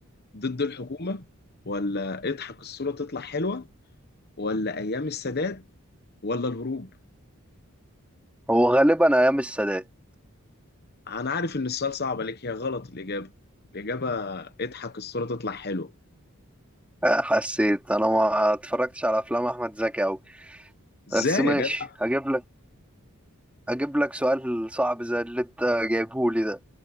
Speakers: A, on the left; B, in the centre.
A: ضد الحكومه ولا اضحك الصوره تطلع حلوه ولا ايام السادات ولا الهروب
B: هو غالبا ايام السادات
A: انا عارف ان السؤال صعب عليك هي غلط الاجابه الاجابه اضحك الصوره تطلع حلوه
B: آه، حسيت انا ما اتفرجتش على افلام احمد زكي اوي
A: ازاي
B: بس ماشي
A: يا
B: هجيب لك اجيب لك سؤال صعب زي اللي انت جايبه لي ده